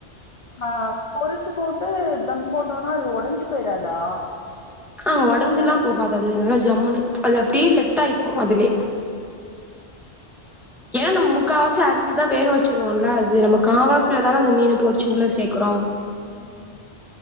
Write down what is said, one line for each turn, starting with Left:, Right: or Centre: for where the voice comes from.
Left: ஆ பொறிச்சி போட்டு தம் போட்டோனா அது உடஞ்சு போயிராதா
Centre: ஆ உடஞ்சில்லா போகாது அது என்னோட ஜம்முனு அது அப்பிடி செட் ஆயக்கு அதுலியே ஏ நம்
Left: மோஸ்ட்லி
Centre: முக்காவாசி ஆரிசிதா வேக வச் ச்சிருவோல்ல இது நம்ம காவாசியிலதான அந்த மீன பொறிச்சி உள்ள சேக்கறோ
Left: ம் ம்